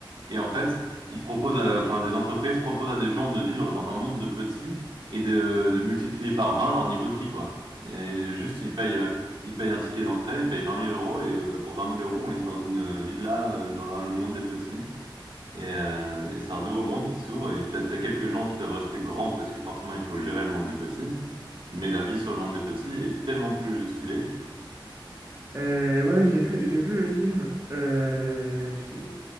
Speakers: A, on the right; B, on the right.
A: Et en fait, ils proposent, à- enfin, des entreprises proposent à des gens de vivre dans un monde de petits et de, de multiplier par 20 leur niveau de vie, quoi. Et juste, ils payent, euh, ils payent un ticket d'entrée, ils payent vingt mille euros et euh, pour vingt mille euros, on les met dans une euh, villa euh, dans la- le monde des petits. Et, euh, et c'est un nouveau monde qui s'ouvre et t'as, t'as quelques gens qui doivent rester grands parce que forcément il faut gérer le monde des petits. Mais la vie sur le monde des petits est tellement plus stylée.
B: Euh, ouais, ouais, j'ai vu, j'ai vu le film. Euh, chez-